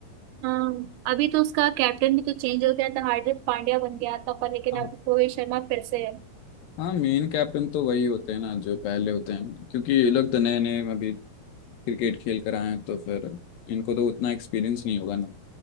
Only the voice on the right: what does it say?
हाँ अभी तो उसका कैप्टन भी तो चेंज हो गया था हार्दिक पांड्या बन गया था पर लेकिन
अब रोहित शर्मा फिर से है